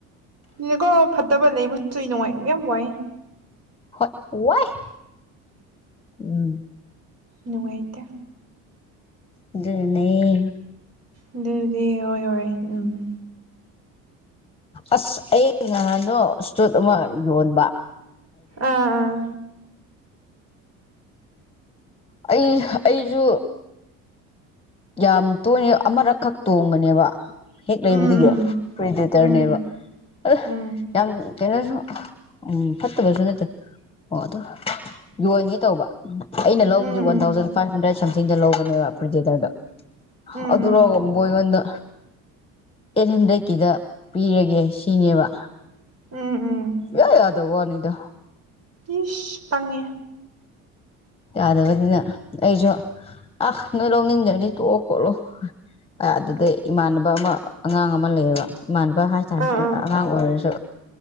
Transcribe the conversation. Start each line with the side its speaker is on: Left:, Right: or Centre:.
Right: ꯅꯦꯀꯣ ꯐꯠꯇꯕ ꯂꯩꯕꯁꯨ ꯅꯨꯡꯉꯥꯏ ꯌꯥꯝ ꯋꯥꯏ ꯫
Left: ꯍ‌ꯣꯏ ꯋꯥꯥꯏ ꯎꯝ ꯫
Right: ꯅꯨꯡꯉꯥꯏꯇ‌ꯦ
Left: ꯑꯗꯨꯅꯅ‌ꯦ
Right: ꯑꯗꯨꯕꯨꯗꯤ ꯍꯣꯏ ꯍꯣꯏ ꯎꯝ ꯫
Left: ꯑꯁ ꯑꯩ ꯉꯍꯥꯟꯅꯣ ꯏꯁꯇ꯭ꯔꯨꯠ ꯑꯃ ꯌꯣꯟꯕ ꯫
Right: ꯑꯥ ꯑꯥ
Left: ꯑꯩ ꯑꯩꯁꯨ ꯌꯥꯝ ꯇꯣꯏꯅ ꯑꯃꯨꯔꯛꯈꯛ ꯇꯣꯡꯕꯅꯦꯕ ꯫ ꯍꯦꯛ ꯂꯩꯕꯗꯒꯤ
Right: ꯎꯝ ꯎꯝ
Left: ꯄ꯭ꯔꯤꯗ‌ꯦꯇꯔꯅꯦꯕ
Right: ꯎꯝ
Left: ꯑꯥ
Right: ꯎꯝ
Left: ꯌꯥꯝ ꯀꯩꯅꯣꯁꯨ ꯎꯝ ꯐꯠꯇꯕꯁꯨ ꯅꯠꯇꯦ ꯑꯣ ꯑꯗꯨ ꯌꯣꯟꯒꯦ ꯇꯧꯕ ꯑꯩꯅ ꯂꯧꯕꯗꯤ
Right: ꯎꯝ
Left: one
Right: um
Left: thousand five hundred ꯁꯝꯊꯤꯡꯗ ꯂꯧꯕꯅꯦꯕ ꯐ꯭ꯔꯤꯖꯦꯇꯔꯗ
Right: ꯎꯝ
Left: ꯑꯗꯨꯔꯣꯒ
Right: ꯎꯝ
Left: ꯃꯣꯏꯒꯟꯗ ꯑꯩꯠ ꯍꯟꯗ꯭ꯔꯦꯗꯀꯤꯗ ꯄꯤꯔꯒꯦ ꯁꯤꯅꯦꯕ
Right: ꯎꯝ ꯎꯝ
Left: ꯁꯨꯛꯌꯥ ꯌꯥꯗꯕ ꯋꯥꯅꯤꯗ
Right: ꯏꯁ ꯄꯪꯉꯦ
Left: ꯌꯥꯗꯕꯅꯤꯅ ꯑꯩꯖꯨ ꯑ ꯅꯣꯏ ꯂꯧꯅꯤꯡꯗ꯭ꯔꯗꯤ ꯇꯣꯛꯑꯣ ꯈꯣꯠꯂꯣ ꯑꯗꯨꯗꯩ ꯏꯃꯥꯟꯅꯕ ꯑꯃ ꯑꯉꯥꯡ ꯑꯃ ꯂꯩꯌꯦꯕ ꯏꯃꯥꯟꯅꯕ ꯍꯥꯏꯇꯥꯔꯦ
Right: ꯑꯥ ꯑꯥ
Left: ꯑꯉꯥꯡ ꯑꯣꯏꯔꯁꯨ